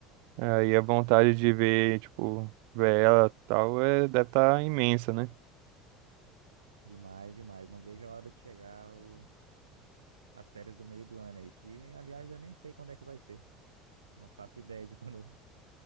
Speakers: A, on the right; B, on the right.
A: Aí a vontade de ver, tipo, ver ela e tal, é, deve estar imensa, né?
B: demais, demais. Não vejo a hora de chegar o- as férias do meio do ano aí, que aliás eu nem sei quando é que vai ser. Não faço ideia de quando <laughs>